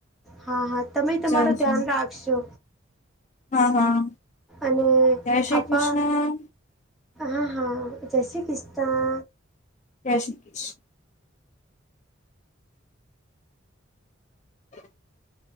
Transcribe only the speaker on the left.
જય જય
હા હા
જય શ્રી
કૃષ્ણ
જે શી <unintelligible> <unintelligible>